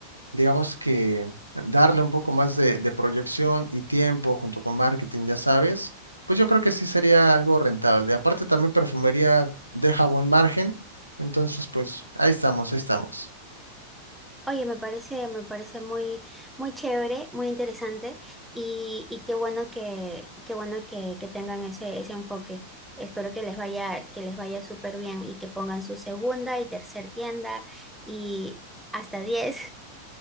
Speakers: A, on the right; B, in the centre.
A: digamos que darle un poco más de, de proyección y tiempo junto con marketing, ya sabes, pues yo creo que sí sería algo rentable. Aparte también perfumería deja buen margen, entonces pues ahí estamos, ahí estamos.
B: Oye, me parece, me parece muy, muy chévere, muy interesante y, y qué bueno que, qué bueno que, que tengan ese, ese enfoque. Espero que les vaya, que les vaya súper bien y que pongan su segunda y tercer tienda y hasta diez.